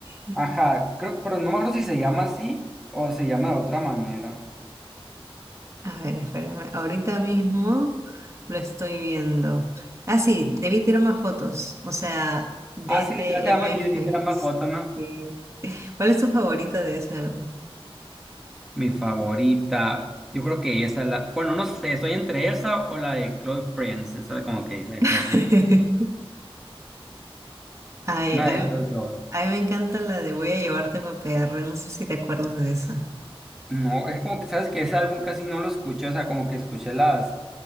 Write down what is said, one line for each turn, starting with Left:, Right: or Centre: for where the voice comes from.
Right: <laughs>
Centre: Ajá, creo, pero no me acuerdo si se llama así o se llama de otra manera.
Right: A ver, espérame. Ahorita mismo lo estoy viendo. Ah, sí, debí tener más fotos. O sea, DTMF.
Centre: Ah, sí, literal se llama así, de que era más fotos, ¿no?
Right: Sí. ¿Cuál es tu favorita de ese álbum?
Centre: Mi favorita, yo creo que esa es la... Bueno, no sé, estoy entre esa o la de Chloe Friends, esa como que dice de
Right: <laughs>
Centre: Chloe Friends.
Right: Ay,
Centre: Una
Right: a
Centre: de
Right: mí,
Centre: estas dos.
Right: a mí me encanta la de Voy a llevarte pa' P. R. No sé si te acuerdas de esa.
Centre: No, es como que sabes que ese álbum casi no lo escuché, o sea, como que escuché las